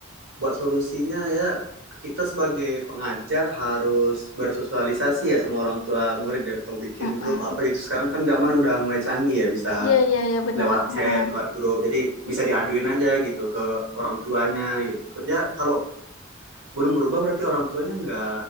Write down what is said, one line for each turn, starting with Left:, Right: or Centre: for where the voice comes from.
Right: buat solusinya ya kita sebagai pengajar harus bersosialisasi ya sama orang tua murid ya kalau bikin
Left: Mm-mm.
Right: grup apa gitu. Sekarang kan zaman udah mulai canggih ya, bisa
Left: Iya, iya, iya benar.
Right: lewat chat,
Left: Mm-mm.
Right: lewat grup. Jadi bisa diaduin aja gitu ke orang tuanya gitu. Ke- Ya kalau belum berubah berarti orang tuanya nggak